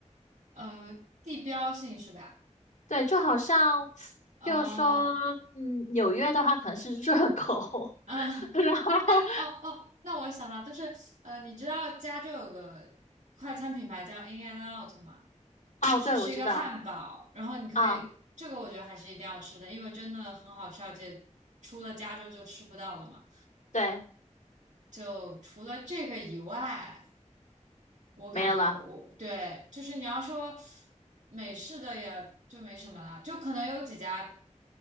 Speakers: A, on the right; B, on the left.
A: 呃地标性是吧？
B: 对，就好像，
A: 哦，
B: 就说，嗯，纽约的话可能是热狗，
A: 嗯，
B: <laughs> 然后，
A: 那哦哦，那我想到就是，呃，你知道加州有个快餐品牌叫 In and Out 吗？
B: 哦，
A: 就是是一个汉堡，
B: 对，我知道，
A: 然后你可以，
B: 啊，
A: 这个我觉得还是一定要吃的，因为真的很好吃，而且除了加州就吃不到了嘛。
B: 对，
A: 就除了这个以外，我感觉我我对，
B: 没有了。
A: 就是你要说美式的也就没什么了，就可能有几家。